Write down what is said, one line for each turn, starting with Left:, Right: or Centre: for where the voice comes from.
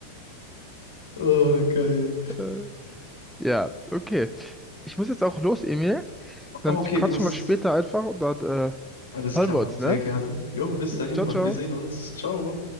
Left: Oh, geil.
Centre: Äh, Ja, okay. Ich muss jetzt auch los, Emil. Dann
Left: Okay,
Centre: quatschen
Left: passt.
Centre: wir später einfach und dann äh,
Left: Alles
Centre: hören
Left: klar,
Centre: wir
Left: Mann.
Centre: uns,
Left: Sehr
Centre: ne?
Left: gerne. Jo, bis dahin,
Centre: Ciao,
Left: Mann.
Centre: ciao.
Left: Wir sehen uns. Ciao.